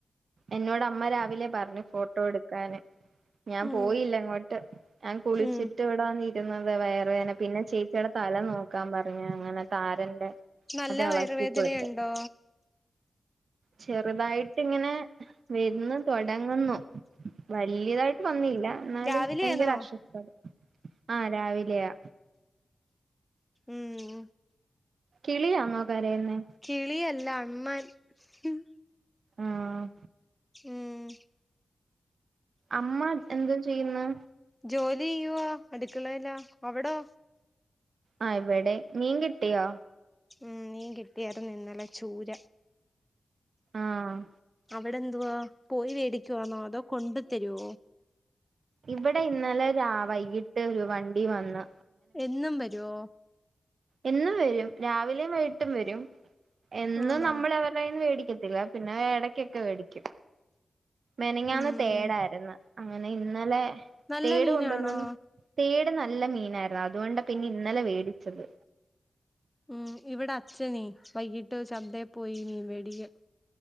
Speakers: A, on the right; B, in the centre.
A: എന്നോട് അമ്മ രാവിലെ പറഞ്ഞു ഫോട്ടോ എടുക്കാന് ഞാൻ
B: ഉം
A: പോയില്ല അങ്ങോട്ട് ഞാൻ കുളിച്ചിട്ട്
B: ഉം
A: ഇവ്ടെ ന്ന ഇരുന്നത് വയറു വേധന പിന്നെ ചേച്ചിടെ തല നോക്കാൻ പറഞ്ഞു അങ്ങനെ താരന്റെ
B: നല്ല
A: അത് എളക്കി
B: വയറുവേദനയുണ്ടോ
A: കൊടുത്ത് ചെറുതായിട്ട് ഇങ്ങനെ വെര്ന്നു തൊടങ്ങുന്നു വല്യതായിട്ട് വന്നില്ല എന്നാലും
B: രാവിലെയാണോ
A: ഭയങ്കര അസ്വസ്ഥത ആഹ് രാവിലെയാ
B: ഉം
A: കിളിയാന്നോ കരയുന്നെ
B: കിളിയല്ല അണ്ണാൻ ഹും
A: ആഹ്
B: ഉം
A: അമ്മ എന്ത് ചെയ്യുന്നു
B: ജോലി ചെയ്യുവ അടുക്കളേല അവടോ
A: ആഹ് ഇവിടേം മീൻ കിട്ടിയോ
B: ഉം മീൻ കിട്ടിയാർന്നു ഇന്നലെ ചൂര
A: ആഹ്
B: അവിടെന്തുവാ പോയി വേടിക്കുവാണൊ അതോ കൊണ്ട് തരോ
A: ഇവടെ ഇന്നലെ രാ വൈകിട്ട് ഒരു വണ്ടി വന്നു
B: എന്നും വരോ
A: എന്നും വരും. രാവിലെ വൈട്ടും വരും. എന്നും
B: ആണോ
A: നമ്മളവര്ടെ യ്യിന്ന് വേടിക്കും ത്തില്ല പിന്ന എടയ്ക്കൊക്ക വേടിക്കും. മെനഞാന്ന്
B: ഉം
A: തേടായിര്ന്ന് അങ്ങനെ ഇന്നലെ
B: നല്ല
A: തേട്
B: മീനാണോ
A: കൊണ്ടുവന്നു തേട് നല്ല മീനായിര്ന്ന് അതുകൊണ്ട് പിന്നെ ഇന്നലെ വേടിച്ചത്
B: ഉം ഇവടെ അച്ഛനെ വൈകീട്ട് ചന്തെ പോയി മീൻ വേടിക്കും